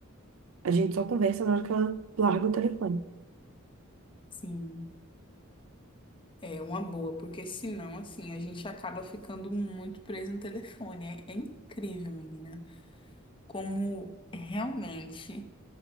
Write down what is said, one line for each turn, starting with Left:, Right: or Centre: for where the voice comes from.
Right: A gente só conversa na hora que ela larga o telefone.
Left: sim. É uma boa, porque senão, assim, a gente acaba ficando muito preso no telefone. É, é incrível, menina, como realmente